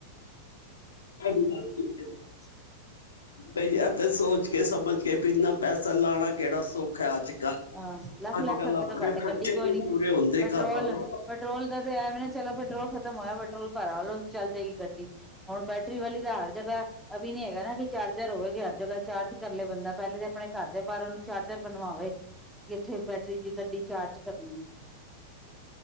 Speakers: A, on the left; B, in the centre.
A: ਤੁਹਾਡੀ ਗੱਲ ਠੀਕ ਹੈ
B: <inaudible>
A: ਬਈ ਆ ਤੇ ਸੋਚ ਕੇ, ਸਮਝ ਕੇ, ਇਂਨਾ ਪੈਸਾ ਲਾਉਣਾ ਕਿਹੜਾ ਸੌਖਾ ਹੈ ਅੱਜ ਕੱਲ
B: ਹਾਂ ਲੱਖ
A: ਅੱਜ
B: -ਲੱਖ
A: ਕੱਲ
B: ਰੁਪਏ
A: ਆਪਣੇ
B: ਤੋਂ ਘੱਟ
A: ਖਰਚੇ
B: ਗੱਡੀ ਕੋਈ ਨੀ,
A: ਪੂਰੇ ਹੁੰਦੇ
B: ਪੈਟਰੋਲ-
A: ਘਰਾਂ ਦੇ
B: ਪੈਟਰੋਲ ਦਾ ਤਾਂ ਇਹ ਵੀ ਨਾ ਚਲੋ ਪੈਟਰੋਲ ਖਤਮ ਹੋਇਆ, ਪੈਟਰੋਲ ਭਰਾ ਲਓ ਚੱਲ ਜਏ ਗੱਡੀ ਹੁਣ ਬੈਟਰੀ ਵਾਲੀ ਤਾਂ ਹਰ ਜਗ੍ਹਾ ਅ ਵੀ ਨੀ ਹੈਗਾ ਨਾ, ਕਿ ਚਾਰਜਰ ਹੋਵੇਗੀ ਹਰ ਜਗ੍ਹਾ ਚਾਰਜ ਕਰ ਲਏ ਬੰਦਾ ਪਹਿਲੇ ਤਾਂ ਆਪਣੇ ਘਰ ਦੇ ਬਾਹਰ ਉਹਨੂੰ ਚਾਰਜਰ ਬਣਵਾਵੇ ਇੱਥੇ ਬੈਟਰੀ ਦੀ ਗੱਡੀ ਚਾਰਜ ਕਰਨੀ